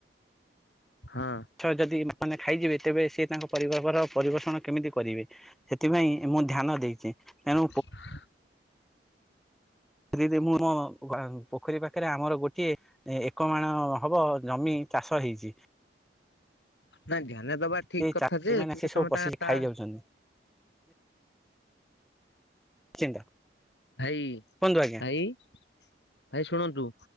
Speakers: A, on the left; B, in the centre.
A: ହଁ।
B: ମାଛ ଯଦି ମାନେ ଖାଇଯିବେ ତେବେ ସି ତାଙ୍କ ପରିବାରର ପରିବେଷଣ କେମିତି କରିବେ। ସେଥିପାଇଁ ମୁଁ ଧ୍ୟାନ ଦେଇଛି। ତେଣୁ
A: ହଁ।
B: ଦିଦି ମୁଁ ମୋ ପୋଖରୀ ପାଖରେ ଆମର ଗୋଟିଏ ଏକମାଣ ହବ ଜମି ଚାଷ ହେଇଛି।
A: ନା ଧ୍ୟାନ ଦବା ଠିକ
B: ସେ
A: କଥା
B: ଚାଷୀ
A: ଯେ
B: ମାନେ
A: କିନ୍ତୁ
B: ସେ ସବୁ
A: ତମେ
B: ପଶିକି
A: ତା ତା
B: ଖାଇ ଯାଉଛନ୍ତି <unintelligible>
A: ଭାଇ
B: କୁହନ୍ତୁ ଆଜ୍ଞା
A: ଭାଇ ଭାଇ ଶୁଣନ୍ତୁ।